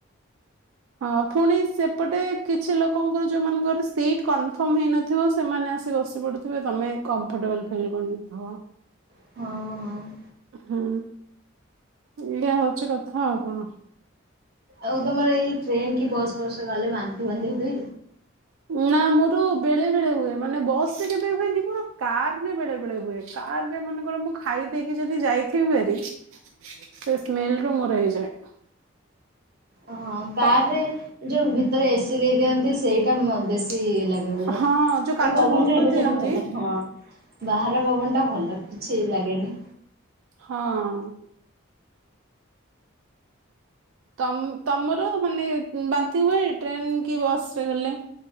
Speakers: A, on the right; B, on the right.
A: ହଁ ପୁଣି ସେ ତେବେ କିଛି ଲୋକଙ୍କର ଯୋଉମାନଙ୍କର ସିଟ୍ କନଫର୍ମ ହେଇନଥିବ। ସେମାନେ ଆସି ବସି ପଡ଼ୁଥିବେ ତମେ କମ୍ଫର୍ଟେବୁଲ ଫିଲ୍ କରୁନଥିବ।
B: ହଁ- ହଁ
A: ହୁଁ, ଏଇଆ ହଉଛି କଥା ଆଉ କଣ
B: ଆଉ ତମର ଏଇ ଟ୍ରେନ କି ବସ୍ ଫସରେ ଗଲେ ବାନ୍ତି ଫାନ୍ତି ହୁଏ।
A: ନା ମୋର ବେଳେ ବେଳେ ହୁଏ। ମାନେ ବସରେ କେବେ ହୁଏନି ମୋର କାରରେ ବେଳେ ବେଳେ ହୁଏ। କାରରେ ମନେକର ମୁଁ ଖାଇ ଦେଇକି ଯଦି ଯାଇଥିବି ଭାରି ସେ ସ୍ମେଲରେ ମୋର ହେଇଯାଏ।
B: ହଁ କାରରେ
A: ତ
B: ଯୋଉ ଭିତରେ ଏସିି ଦେଇ ଦିଅନ୍ତି। ସେଇଟା ମ ବେଶୀ ଇଏ ଲାଗେ ବୋଧେ
A: ହଁ ଯୋଉ କାଚ
B: ପବନଟା
A: ବନ୍ଦ
B: ହେଲେ
A: କରିଦିଅନ୍ତି
B: ସେଟା ଭଲ ହଁ ବାହାର ପବନ ଟା ଭଲ କିଛି ଲାଗେନି।
A: ହଁ ତମ ତମର ମାନେ ବାନ୍ତି ହୁଏ। ଟ୍ରେନ କି ବସରେ ଗଲେ।